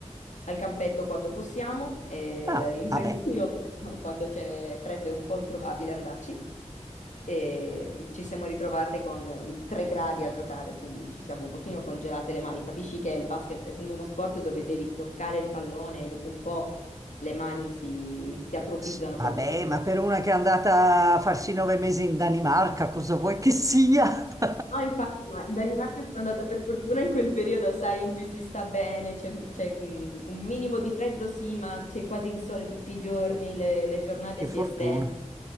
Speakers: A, on the left; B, on the right.
A: al campetto quando possiamo, e
B: ah,
A: in
B: vabbè.
A: Trentino <laughs> quando c'è freddo è un po' improbabile andarci e ci siamo ritrovate con 3 gradi a giocare, quindi ci siamo un pochino congelate le mani. Capisci che il basket, essendo uno sport dove devi toccare il pallone, dopo un po' le mani si, si atrofizzano
B: S- Vabbè,
A: col freddo.
B: ma per una che è andata a farsi nove mesi in Danimarca, cosa vuoi che sia? <laughs>
A: No, infatti, ma in Danimarca sono andata per fortuna in quel periodo, sai, in cui si sta bene, c'è c'è, mm, un minimo di freddo, sì, ma c'è quasi il sole tutti i giorni, le, le giornate
B: Che
A: si
B: fortuna.
A: estendono